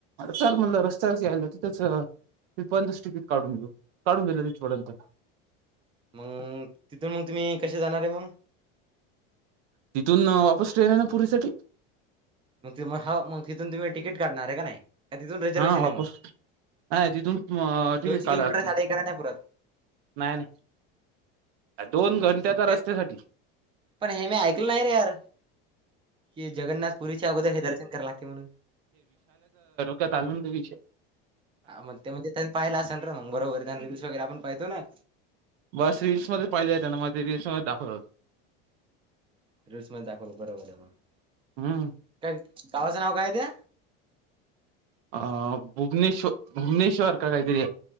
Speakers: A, on the right; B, on the right.
A: चल म्हटलं रस्त्यावरच यायला तिथंच तिथ पर्यंतच टिकीट काढून घेऊ, काढून घेतलेय तिथ पर्यंत.
B: मंग तिथून मग तुम्ही कसे जाणार आहे मंग?
A: तिथून वापस ट्रेन आहे ना पुरीसाठी?
B: मग हो मग तिथून तुम्ही तिकीट काढणार आहे का नाही? तिथून रिझर्वेशन
A: हा वापस
B: आहे मग
A: नाही तिथून तिकीट
B: दोनशे
A: काढाय
B: किलोमीटर
A: लागते
B: साडे एकरा नाही पुरत.
A: नाही नाही. दोन
B: मग
A: घंट्याच्या रस्त्यासाठी?
B: ए पण हे मी ऐकलं नाही रे यार. की जगन्नाथ पुरीच्या अगोदर हे दर्शन कराय लागतय म्हणून.
A: त्यात आलूनंद विष
B: मग ते म्हणजे त्यांनी पाहिला असेल र मग बरोबर त्यांना इंस्टाग्राम वगैरे आपण पाहतो ना.
A: बस रील्स मध्ये पाहिले आहे त्यांने म ते रील्स मध्ये दाखवतात.
B: रिल्स मध्ये दाखवलं बरोबर आहे मग.
A: हम्म
B: काय गावाचं नाव काय आहे त्या?
A: अ भुवनेश भुवनेश्वर का काहीतरी